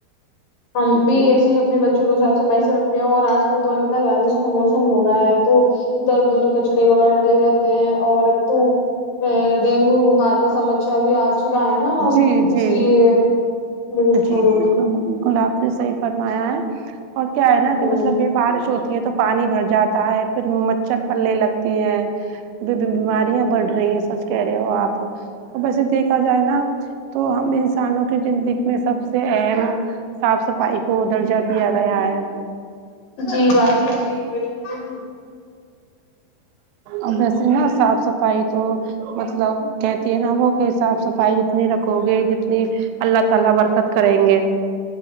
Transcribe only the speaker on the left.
ہم بھی
ایسی اپنے بچوں کو صاف صفائی سے رکھتے ہیں اور آج کل تمہیں پتہ ہے بارش کا موسم ہو رہا ہے تو ادھر ادھر کچڑے وغیرہ ڈلے رہتے ہیں اور اب تو ڈینگو بخار کا سمسیہ بھی آج چکا ہے نا
اس
لیے بالکل
ہوں
جی باجی جی بالکل